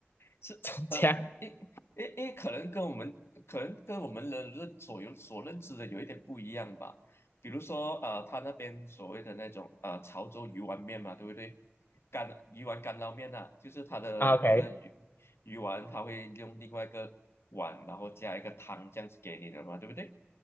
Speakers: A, on the left (about 75°); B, on the left (about 55°).
A: 是呃，
B: <laughs> 这样
A: 因因因为可能跟我们可能跟我们人认所有所认知的有一点不一样吧。比如说呃，他那边所谓的那种呃潮州鱼丸面嘛，对不对？干鱼丸干捞面呐、啊，就是他的那个鱼鱼丸，
B: o k
A: 它会用另外一个碗，然后加一个汤这样子给你的嘛，对不对？